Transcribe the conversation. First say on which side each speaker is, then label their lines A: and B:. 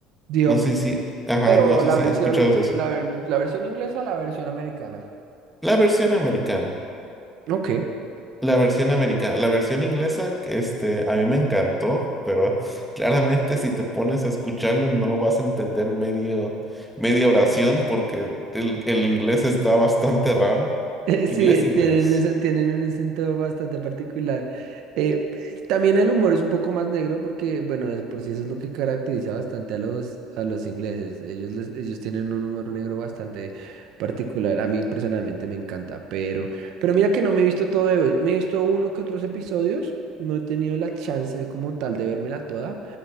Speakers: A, on the right (about 65°); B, in the centre.
A: The
B: No
A: Office.
B: sé si, ajá,
A: Pero
B: no sé
A: la
B: si
A: versión,
B: he escuchado de eso.
A: la, ver- la versión inglesa, la versión americana.
B: La versión americana,
A: Ok.
B: la versión americana, la versión inglesa, este, a mí me encantó, pero <laughs> claramente si te pones a escucharlo no vas a entender medio, media oración porque el, el inglés está bastante raro.
A: <laughs>
B: Inglés,
A: Sí,
B: inglés.
A: tienen, ese- tienen un acento bastante particular. Eh, eh, también el humor es un poco más negro porque, bueno, de por sí eso es lo que caracteriza bastante a los, a los ingleses. Ellos, les- ellos tienen un humor negro bastante particular. A mí personalmente me encanta, pero, pero mira que no me he visto todo de- hoy. Me he visto uno que otros episodios. No he tenido la chance de, como tal de vérmela toda